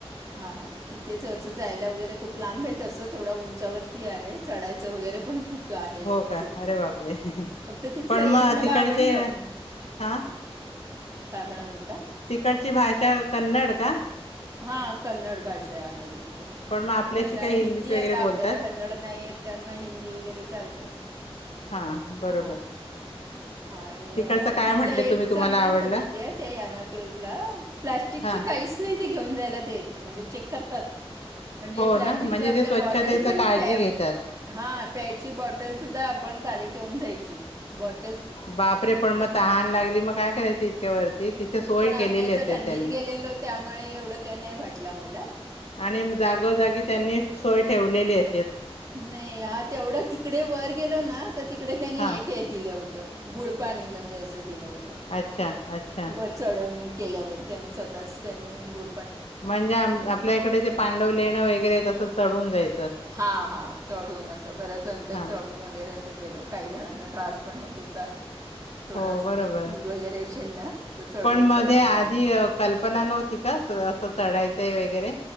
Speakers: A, on the right; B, on the left.
A: हा हा तिथेच असं जायला वगैरे खूप लांब आहे तसं थोड उंचावरती आहे चढायचं वगैरे पण खूप आहे
B: हो का
A: तिथे
B: अरे बापरे
A: फक्त तिथलं
B: पण
A: एक
B: मग
A: मला
B: तिकड
A: आवडलं
B: चे अ
A: काय म्हणत होता?
B: तिकडची भाषा कन्नड का?
A: हा कन्नड भाषा आहे ति
B: मग आपल्याशी
A: पण आता
B: काही
A: हिंदी
B: हिंदीत वगैरे
A: आता
B: बोलतात.
A: आपल्याला कन्नड नाही येत त्यामुळे हिंदी वगैरे चालत
B: हा बरोबर
A: हा आणि
B: तिकडचं काय
A: तिथलं
B: म्हटले
A: एक
B: तुम्ही तुम्हाला
A: चांगलं
B: आवडलं?
A: होत माहिती आहे त्या याना केव्हजला प्लास्टिक
B: हा
A: च काहीच नाही ती घेऊन जायला देत म्हणजे चेक करतात. म्हणजे
B: हो
A: प्लस्टिकच्या
B: ना म्हणजे
A: आपल्या
B: ते स्वच्छतेच
A: बॉटल पण
B: काळजी
A: प्या
B: घेतात.
A: हा प्यायची बॉटल सुद्धा आपण खाली ठेवून जाय बट
B: बापरे पण मग तहान लागली मग काय करायच इतक्या वरती? तिथे सोय
A: पण आम्ही
B: केलेली
A: आता
B: असेल
A: थंडीत
B: त्यांनी.
A: गेलेलो त्यामुळे एवढं काही नाही वाटलं आम्हाला
B: आणि म जागोजागी त्यांनी सोय ठेवलेली हे.
A: नाही हा तेवढं तिकडे वर गेलो ना तर तिकडे त्यांनी
B: हा
A: एटीआय दिलं होतं. गुळपाणी म्हणजे असं दिलं होत
B: अच्छा अच्छा
A: वर चढण केल्यावर त्याने स्वतःच त्याने गुळ
B: म्हणजे आम आपल्या इकडे जे पांडव लेणं वगैरे तसंच चढून जाई
A: हा हा चढून असं बरंच नंतर
B: हा
A: चढून वगैरे च गेलो. काही जणांना त्रास पण होत होता. थोडं
B: हो
A: असं
B: बरोबर
A: जर चूल वगैरे असेल ना तर चढून
B: पण मध्ये
A: चढून
B: आधी
A: जाणं
B: कल्पना नव्हती का अस चढाय ते वगैरे